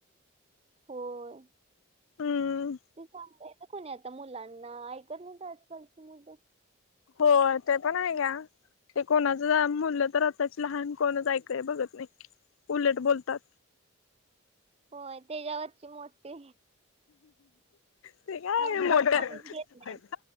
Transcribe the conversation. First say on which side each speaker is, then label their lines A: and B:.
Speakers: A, on the right; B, on the left.
A: होय
B: हम्म
A: ते सांगयत ते कोणी आता मुलांना ऐकत नाहीत आजकालची मुलं.
B: होय ते पण आहे ग. ते कोणाचं मुलं तर आताची लहान कोणचा ऐकय बघत नाही उलट बोलतात.
A: होय त्याच्यावरची मोठी
B: ते काय
A: समजून
B: मोठं
A: कोणच घेत नाही